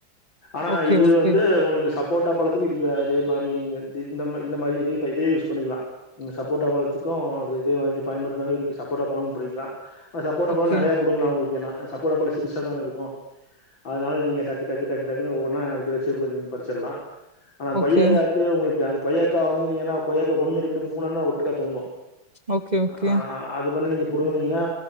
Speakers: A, on the left; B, on the right.
A: ஆனா
B: ஓகே
A: இது
B: ஓகே
A: வந்து ஒங்களுக்கு சப் சப்போட்டா பழத்துக்கு இதுய இதே மாரி இங்க தி இந்த மா இந்த மாரி இதே ப இதே யூஸ் பண்ணிக்கலா இந்த சப்போட்ட பழத்துக்கு இதே மாரி பயன்படுத்துனாவே சப்போட்டா பழமு புடிங்கிக்லா அ சப் இப்போ
B: ஓகே
A: நெறைய புடுங்களா உங்களுக்கென்னா அ சப்போட்டாப்பழொ சிறுசா தான இருக்கு அதுனால நீங்க டக்கு டக்கு டக்கு‌ டக்குனு ஒவ்வொன்னா இத வச்சே ப‌ நீங்க படுச்சிட்லா ஆனா
B: ஓகே
A: கொய்யாக்காக்கு உங்களுக்கு அ கொய்யாக்கா வந்து நீங்கனா கொய்யாக்கா ஒன்னு ரெண்டு மூனுன்னு ஒட்டுக்கா தொங்கு
B: ஓகே ஓகே
A: ஆ‌ அது வந்து நீங்க புடுங்குனிங்கனா